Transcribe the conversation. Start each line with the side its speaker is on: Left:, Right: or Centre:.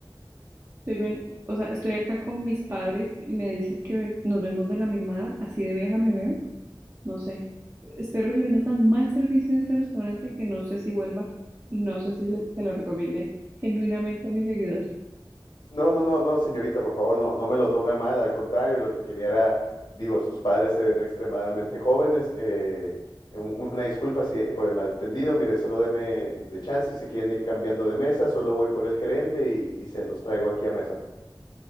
Right: Estoy ven- o sea, estoy acá con mis padres y me dices que nos vemos de la misma edad. Así de vieja me veo. No sé, estoy recibiendo tan mal servicio en este restaurante que no sé si vuelva y no sé si le- se lo recomiende genuinamente a mis seguidores.
Left: No, no, no, no, señorita, por favor, no, no me lo tome a mal. Al contrario, lo que quería era, digo, sus padres se ven extremadamente jóvenes. eh, un- una disculpa si, por el malentendido. Mire, solo deme de chance. Si quieren ir cambiando de mesa, solo voy por el gerente y, y se los traigo aquí a mesa.